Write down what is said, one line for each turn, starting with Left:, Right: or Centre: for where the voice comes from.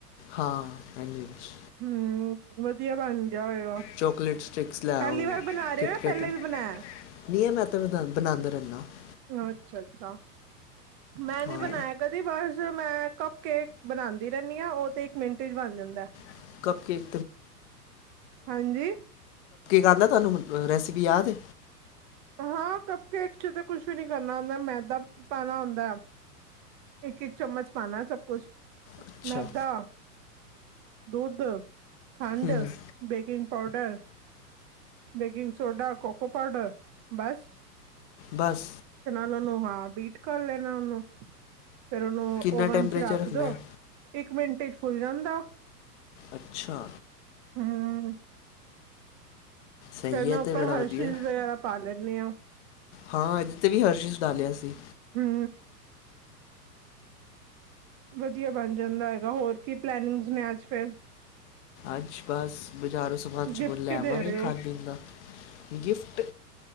Left: ਹਾਂ ਹਾਂਜੀਜੀ।
Right: ਹਮ ਵਧੀਆ ਬਣ ਗਿਆ ਹੋਏਗਾ
Left: ਚੋਕਲੇਟ ਸਟਿਕਸ ਲੈ
Right: ਪਹਿਲੀ ਵਾਰ ਬਣਾ ਰਹੇ
Left: ਕਿਟ
Right: ਹੋ ਜਾਂ ਪਹਿਲੇ
Left: ਨਹੀਂ
Right: ਵੀ ਬਣਾਇਆ
Left: ਮੈਂ ਤੇ ਬਣਾ। <inaudible>
Right: ਅੱਛਾ ਅੱਛਾ। ਮੈਂ ਨੀ
Left: ਹਾਂ
Right: ਬਣਾਇਆ ਕਦੀ ਬਸ ਮੈਂ ਕੱਪ ਕੇਕ ਬਣਾਉਂਦੀ ਰਹਿੰਦੀ ਹ ਉਹ ਤੇ ਇੱਕ ਮਿੰਟ ਚ ਬਣ ਜਾਂਦਾ।
Left: <inaudible> ਕੱਪ ਕੇਕ
Right: ਹਾਂਜੀ
Left: ਆਂਦਾ ਤੁਹਾਨੂੰ? ਰੈਸਪੀ ਯਾਦ ਏ
Right: ਹਾਂ ਕੱਪ ਕੇਕ ਚ ਤਾਂ ਕੁਛ ਵੀ ਨੀ ਕਰਨਾ ਹੁੰਦਾ ਮੈਦਾ ਪਾਣਾ ਹੁੰਦਾ ਇੱਕ ਇੱਕ ਚਮਚ ਪਾਉਣਾ ਸਭ ਕੁਛ।
Left: ਅੱਛਾ
Right: ਮੈਦਾ। ਦੁੱਧ। ਖੰਡ,
Left: ਹੂੰ
Right: baking powder <unintelligible> baking soda cocoa powder ਬਸ।
Left: ਬਸ।
Right: ਨੂੰ ਹਾਂ ਬੀਟ ਕਰ ਲੈਣਾ ਉਹਨੂੰ ਫੇਰ ਉਹਨੂੰ
Left: ਕਿੰਨਾ
Right: ਓਵਨ
Left: ਟੈਂਪਰੇਚਰ
Right: ਚ ਰੱਖ
Left: ਰੱਖਣਾ
Right: ਦੋ
Left: ਹੈ
Right: ਇੱਕ ਮਿੰਟ ਪੇਟ ਫੁੱਲ ਜਾਂਦਾ।
Left: ਅੱਛਾ।
Right: ਹਮ
Left: ਸਹੀ
Right: ਫੇਰ ਮੈਂ
Left: ਹੈ
Right: ਉੱਪਰ
Left: ਤੇ ਬੜਾ
Right: ਹਰਸ਼ੀਜ਼
Left: ਵਧੀਆ
Right: ਵਗੈਰਾ ਪਾ ਲੈਂਦੀ ਹਾਂ।
Left: ਹਾਂ ਇਹਦੇ ਤੇ ਵੀ ਹਰਸ਼ੀਜ਼ ਡਾਲਿਆ ਸੀ।
Right: ਹੂੰ। ਵਧੀਆ ਬਣ ਜਾਂਦਾ ਹੈਗਾ, ਹੋਰ ਕੀ ਪਲਨਿੰਗਜ਼ ਨੇ ਅੱਜ ਫੇਰ
Left: ਅੱਜ ਬਸ ਬਜ਼ਾਰੋਂ ਸਮਾਨ ਸਮੂਨ
Right: ਗਿਫਟ
Left: ਲੈ
Right: ਕੀ
Left: ਆਵਾਂਗੇ
Right: ਦੇ ਰਹੇ ਹੋ
Left: ਖਾਣ-ਪੀਣ ਦਾ ਗਿਫਟ